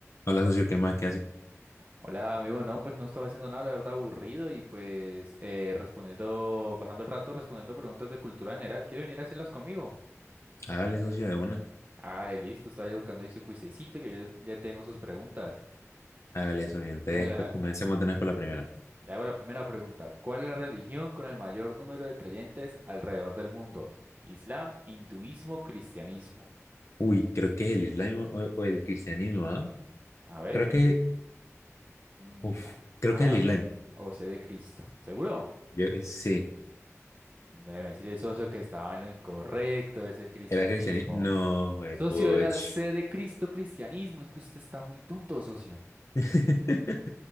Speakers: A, on the left; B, on the right.
A: Hola, socio, ¿qué más que hace?
B: Hola, amigo. No, pues no estaba haciendo nada, la verdad, aburrido y pues eh, respondiendo, pasando el rato respondiendo preguntas de cultura general. ¿Quiere venir a hacerlas conmigo?
A: Hágale, socio, de una.
B: Ah, listo, estaba ya buscando ahí su cuisecito que yo le, le tengo sus preguntas.
A: Hágale, socio. Entonces,
B: Entonces la-
A: pues comencemos de una vez por la primera.
B: le hago la primera pregunta. ¿Cuál es la religión con el mayor número de creyentes alrededor del mundo? Islam, hinduismo, cristianismo.
A: Uy, creo que es el Islam o, o el cristianismo, ¿ah?
B: A ver.
A: Creo que,
B: mm,
A: uf,
B: a-
A: creo que es el
B: Amén
A: Islam.
B: o sé de Cristo. ¿Seguro?
A: Yo, eh, sí,
B: Debe decirle socio que estaba en lo incorrecto, es el cristianismo.
A: era cristianismo. No, güey,
B: Socio,
A: puch.
B: era C de Cristo cristianismo. Es que usted está muy tonto, socio.
A: <laughs>